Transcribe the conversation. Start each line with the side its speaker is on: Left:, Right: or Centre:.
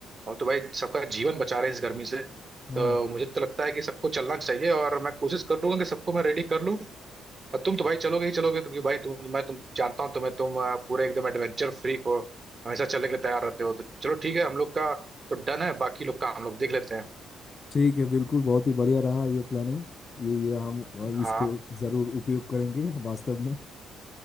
Right: हम तो भाई सबका जीवन बचा रहे हैं इस गर्मी से
Left: हाँ
Right: तो मुझे तो लगता है कि सबको चलना चाहिए और मैं कोशिश करूंगा कि सबको मैं रेडी कर लूँ और तुम तो भाई चलोगे ही चलोगे क्योंकि भाई तुम मैं तुम जानता हूँ तुम्हें तुम अ, पूरे एकदम एडवेंचर फ्रीक हो हमेशा चलने के लिए तैयार रहते हो तो चलो ठीक है हम लोग का तो डन है बाकी लोग का हम लोग देख लेते हैं
Left: ठीक है बिल्कुल बहुत ही बढ़िया रहा ये प्लानिंग ये, ये हम अ,
Right: हाँ
Left: इसको ज़रूर उपयोग करेंगे वास्तव में